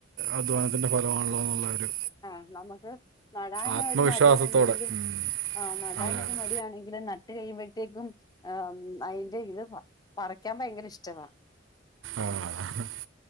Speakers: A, on the right; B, on the left.
A: അധ്വാനത്തിന്റെ ഫലമാണല്ലോ എന്നുള്ള ഒരു
B: ആഹ്‌ നമുക്ക് നടാൻ
A: ആത്മവിശ്വാസത്തോടെ
B: ഒരു മടിയാണെങ്കിലും
A: ഉം.
B: ആഹ്‌ നടാനൊരു
A: അതെ അതെ
B: മടിയാണെങ്കിലും ന ട്ട് കഴിയുമ്പോഴത്തേക്കും അതിന്റെ ഇത് പറിക്കാൻ ഭയങ്കര ഇഷ്ടവാ
A: ആഹ്‌